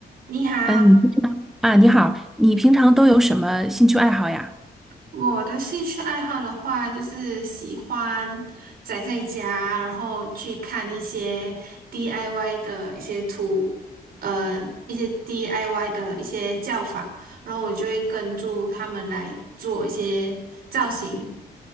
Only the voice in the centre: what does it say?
嗯，你平常啊，你好，你平常都有什么兴趣爱好呀？